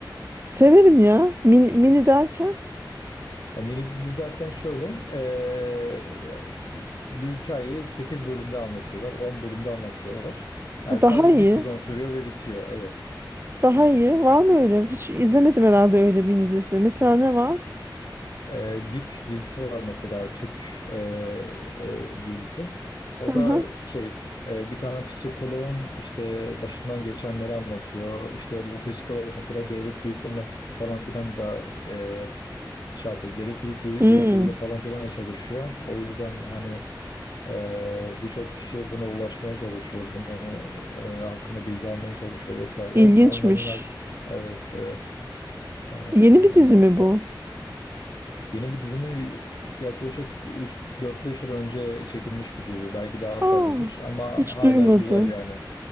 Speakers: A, on the right (about 30°); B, on the left (about 60°).
A: Severim ya. Mini, mini derken
B: Ya mini dizi derken şöyle eee, bir hikayeyi 8 bölümde anlatıyorlar, 10 bölümde anlatıyorlar. Yani
A: daha
B: sadece
A: iyi.
B: bir sezon sürüyor ve bitiyor. Evet.
A: Daha iyi. Var mı öyle? Hiç izlemedim herhalde öyle mini dizi. Mesela ne var?
B: E, Dip dizisi var mesela Türk e, e, dizisi. O
A: Hı
B: da
A: hı.
B: şey e, bir tane psikoloğun işte başından geçenleri anlatıyor. İşte bu psikolog mesela devlet büyüklerine falan filan da e, şey yapıyor. Devlet büyük,
A: Hmm,
B: büyükleriyle falan filan da çalışıyor. O yüzden hani e, birçok kişi buna ulaşmaya çalışıyor. Bunu e, hakkında bilgi almaya çalışıyor vesaire.
A: ilginçmiş.
B: Onların da evet evet. Yani,
A: Yeni
B: e,
A: bir dizi mi
B: o-
A: bu?
B: Yeni bir dizimi yaklaşık 3 4-5 yıl önce çekilmiş bir dizi. Belki daha
A: Aa,
B: fazladır ama
A: hiç
B: hala
A: duymadım.
B: güzel yani.